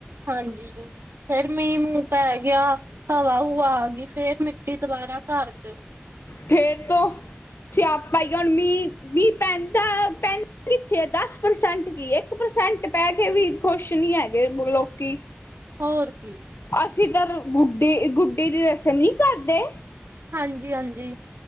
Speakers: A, on the right; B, on the left.
A: ਹਾਂਜੀ। ਫਿਰ ਮੀਂਹ ਮੂੰਹ ਪੈ ਗਿਆ। ਹਵਾ ਹੋਵਾ ਆ ਗਈ ਫਿਰ ਮਿੱਟੀ ਦੁਬਾਰਾ ਘਰ ਚ
B: ਫਿਰ ਤੋਂ ਸਿਆਪਾ ਹੀ ਹੈ। ਹੁਣ ਮੀਂਹ, ਮੀਂਹ ਪੈਂਦਾ ਪੈਂ ਇਥੇ ਦਸ ਪ੍ਰਸੈਂਟ ਕੀ ਇੱਕ ਪ੍ਰਸੈਂਟ ਪੈ ਕੇ ਵੀ ਖੁਸ਼ ਨੀ ਹੈਗੇ ਲੋਕੀ
A: ਹੋਰ ਕੀ।
B: ਅਸੀਂ ਤਾਂ ਬੁੱਡੇ ਗੁੱਟੀ ਦੀ ਰਸਮ ਨਹੀਂ ਕਰਦੇ।
A: ਹਾਂਜੀ, ਹਾਂਜੀ।